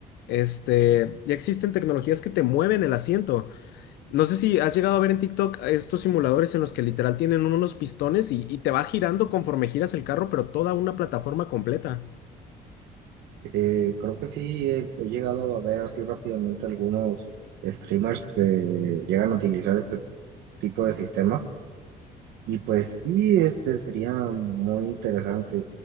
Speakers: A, on the left; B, on the right.
A: este, ya existen tecnologías que te mueven el asiento. No sé si has llegado a ver en TikTok estos simuladores en los que literal tienen unos pistones y, y te va girando conforme giras el carro, pero toda una plataforma completa.
B: Eh, creo que sí he, he llegado a ver así rápidamente algunos streamers que llegan a utilizar este tipo de sistemas y pues sí, este sería muy interesante